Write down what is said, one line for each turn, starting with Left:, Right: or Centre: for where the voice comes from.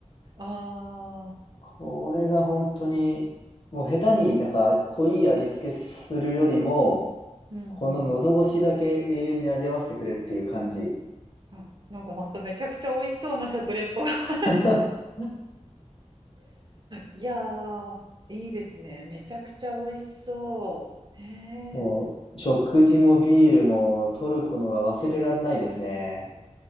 Right: ああ、
Left: これが本当に、
Right: いや
Left: もう下手になんか濃い味付けするよりも、
Right: ー、うんうん
Left: この喉越しだけ永遠に味わわせてくれっていう感じ。
Right: うん。あ、なんかまためちゃくちゃ美味しそうな食レポ。<laughs>
Left: <laughs>
Right: いやー、いいですね。めちゃくちゃ美味しそう。へ
Left: もう、
Right: え。
Left: 食事もビールも取るこのが忘れられないですね。